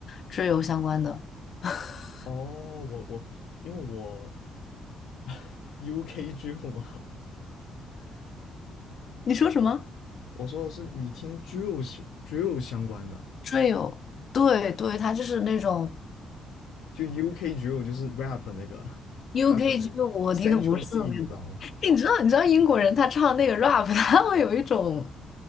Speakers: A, on the left (about 50°); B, on the left (about 90°).
A: 追游相关的。<laughs>
B: 哦，我我因为我 <laughs> UK drill 嘛，
A: 你说什么？
B: 我说的是你听 drill 是 drill 相关的，
A: Drill，对对，他就是那种
B: 就 UK drill 就是 rap 那个
A: UK
B: rap 那个
A: g 我听的不是特别，
B: Central C，你知道吗？
A: <laughs> 你知道你知道英国人他唱那个 rap，<laughs> 他会有一种